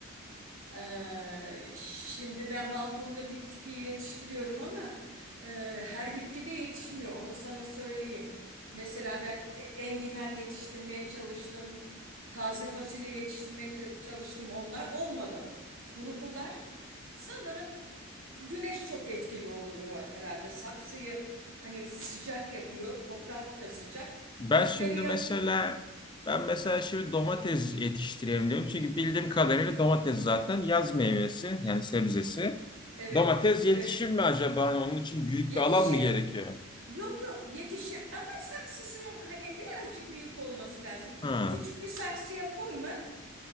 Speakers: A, on the right; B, on the left.
A: Ee, şimdi ben balkonda bitki yetiştiriyorum ama e, her bitki de yetişmiyor. Onu sana söyleyeyim. Mesela ben e- enginar yetiştirmeye çalıştım. Taze fasulye yetiştirmeye te- çalıştım. Onlar olmadı. Kurudular. Sanırım güneş çok etkili oluyor herhalde. Saksıyı hani sıcak yapıyor. Toprak da sıcak.
B: Ben
A: Kökleri
B: şimdi
A: yan...
B: mesela ben mesela şimdi domates yetiştireyim diyorum Çünkü bildiğim kadarıyla domates zaten yaz meyvesi yani sebzesi.
A: Evet,
B: Domates
A: evet.
B: yetişir mi acaba? Hani onun için büyük
A: Yetişir.
B: bir alan mı gerekiyor?
A: Yok yok yetişir ama saksısının hani birazcık büyük olması lazım.
B: Ha,
A: Küçük bir saksıya koyma.